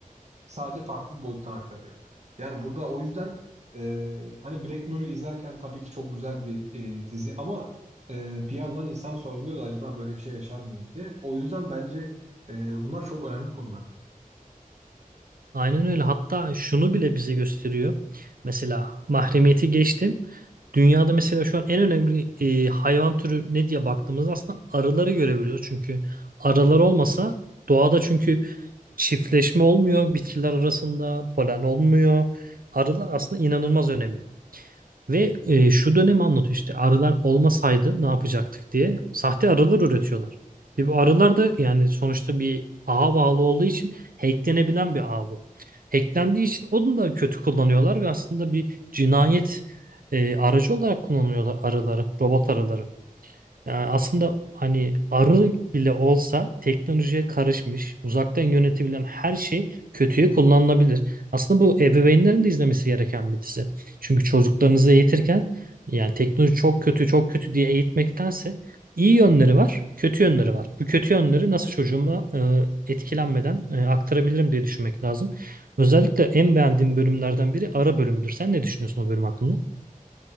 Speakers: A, on the right (about 50°); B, on the right (about 75°).
A: Sadece farklı bir boyuttan aktarıyor. Yani burada o yüzden e, hani Black Mirror'ı izlerken tabii ki çok güzel bir e, dizi ama e, bir yandan insan sorguluyor da acaba böyle bir şey yaşar mıyız diye. O yüzden bence e, bunlar çok önemli konular.
B: Aynen öyle. Hatta şunu bile bize gösteriyor. Mesela mahremiyeti geçtim. Dünyada mesela şu an en önemli e, hayvan türü ne diye baktığımızda aslında arıları görebiliyoruz. Çünkü arılar olmasa doğada çünkü çiftleşme olmuyor bitkiler arasında, polen olmuyor. Arılar aslında inanılmaz önemli. Ve e, şu dönemi anlatıyor işte arılar olmasaydı ne yapacaktık diye sahte arılar üretiyorlar. Ve bu arılar da yani sonuçta bir ağa bağlı olduğu için hacklenebilen bir ağ bu. Hacklendiği için onu da kötü kullanıyorlar ve aslında bir cinayet e, aracı olarak kullanıyorlar arıları, robot arıları. Yani aslında hani arı bile olsa teknolojiye karışmış, uzaktan yönetebilen her şey kötüye kullanılabilir. Aslında bu ebeveynlerin de izlemesi gereken bir dizi. Çünkü çocuklarınızı eğitirken yani teknoloji çok kötü, çok kötü diye eğitmektense iyi yönleri var, kötü yönleri var. Bu kötü yönleri nasıl çocuğuma e, etkilenmeden e, aktarabilirim diye düşünmek lazım. Özellikle en beğendiğim bölümlerden biri ara bölümdür. Sen ne düşünüyorsun o bölüm hakkında?